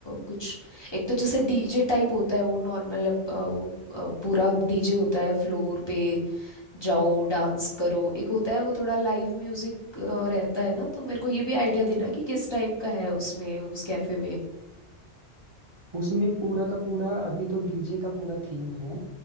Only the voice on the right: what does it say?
उसमें पूरा का पूरा अभी तो डीजे का पूरा थीम है